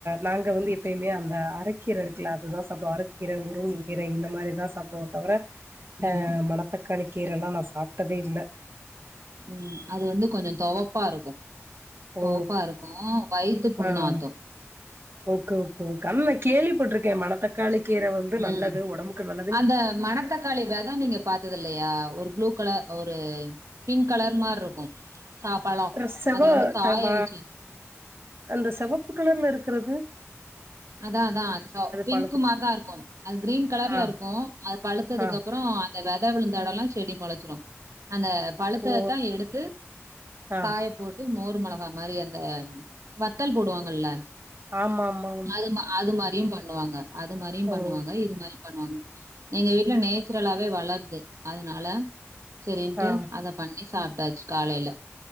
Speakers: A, on the right; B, on the right.
A: நாங்க வந்து எப்பயுமே அந்த அரக்கீர இருக்குல அதுதா சாப்டுவோ கீர முருங்
B: ம்,
A: கீர இந்த மாதிரிதா சாப்பிடுவோ தவிர
B: ம்,
A: ஆ மனத்தக் காளிக்கீர எல்லா நா சாப்டதே இல்ல
B: ம் அது வந்து கொஞ்சோ தொவப்பா இருக்கு
A: ஓ
B: தொவப்பா இருக்கு வயித்து புண்
A: ஆ
B: ஆத்து
A: ஓகே ஒகே ஆனா கேள்விப்பட்டிருக்கே மணத்தக்காளி கீர வந்து நல்லது
B: ம்.
A: ஒடம்புக்கு நல்லது
B: அந்த மணத்தக்காளி வெத அதா நீங்க பாத்தது இல்லியா ஒரு ப்ளூ கலர் ஒரு பிங்க் கலர் மார் இருக்கு கா பழா
A: ர செவ
B: அத வந்து காய
A: த ம
B: வச்சு
A: அந்த செவப்பு கலர்ல இருக்குறது
B: அதா அதா அது பிங்க்
A: பழத்துக்கு
B: மாரி தா இருக்கு அது கிரீன் கலர்ல
A: ஆ,
B: இருக்கு அது பழுத்ததுக்கு
A: ஆ,
B: அப்றோ வெத விழுந்த எடமேல்லா செடி மொளச்சிடு அந்த பழுத்தத்தா
A: ஓ,
B: எடுத்து
A: ஆ.
B: காய போட்டு மோர் மிளகா மாரி அந்த வத்தல் போடுவாங்கல்ல
A: ஆம்மாம்மா
B: அது மா அது மாரியு பண்ணுவாங்க அது மாரியு
A: ஓ,
B: பண்ணுவாங்க இது மாரி பண்ணுவாங்க எங்க வீட்ல நேச்சுரலாவே வளருது அதனால சரின்ட்டு
A: ஆ.
B: அத பண்ணி சாப்டாச்சு காலைல